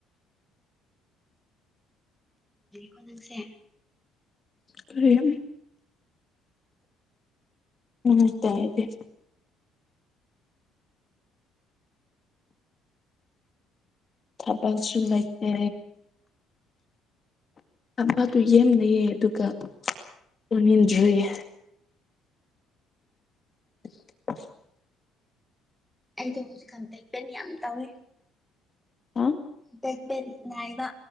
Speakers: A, in the centre; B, on the left.
A: ꯀꯣ ꯅꯪꯁꯦ
B: ꯀꯝ ꯅꯃꯁꯦꯗꯤ ꯊꯄꯁꯨꯟ ꯂꯩꯇꯦ ꯑꯄꯥꯗꯨ ꯌꯦꯦꯝꯅꯌꯦ ꯑꯗꯨꯒ ꯂꯣꯟꯅꯤꯡꯟꯗ꯭ꯔꯨꯌꯦ <inaudible>
A: ꯑꯩꯗꯣ ꯍꯧꯖꯤꯛꯀꯥꯟꯇ ꯏꯄꯦꯟ ꯌꯥꯝ ꯇꯧꯋꯦ
B: ꯍꯥ
A: ꯇꯄꯕ